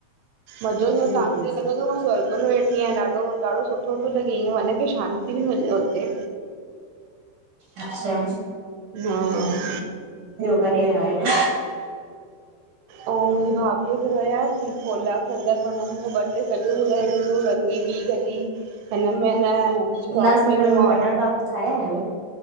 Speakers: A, on the right; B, on the right.
A: मज़ो ईंदो
B: बिल्कुलु
A: तांखे लॻंदव स्वर्ग में वेठी आहियां ॾाढो- ॾाढो सुठो पियो लॻे ईअं मन खे शांती बि मिले हुते।
B: अच्छा।
A: हा।
B: ॿियो काडे विया हुयव?
A: अऊं मुंहिंजी भाभीअ घर वयासीं उल्हासनगर हुन मूंखे ॿ ट्रे जगहु ॿुधायईंं, हे ॿि गली हिनमें न शॉपिंग
B: उल्हासनगर में
A: माल
B: बटर पापड़ी खाया आयव?